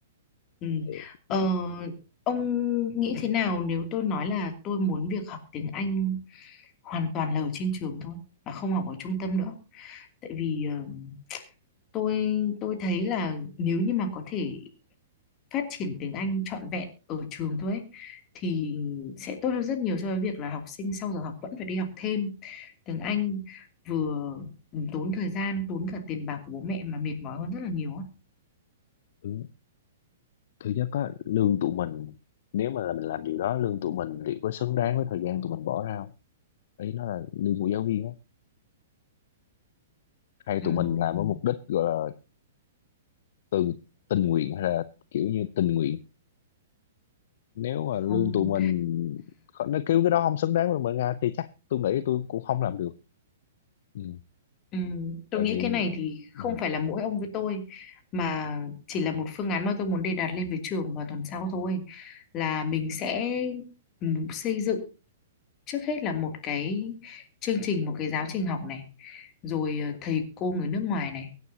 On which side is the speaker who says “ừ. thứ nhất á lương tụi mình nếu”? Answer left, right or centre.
Left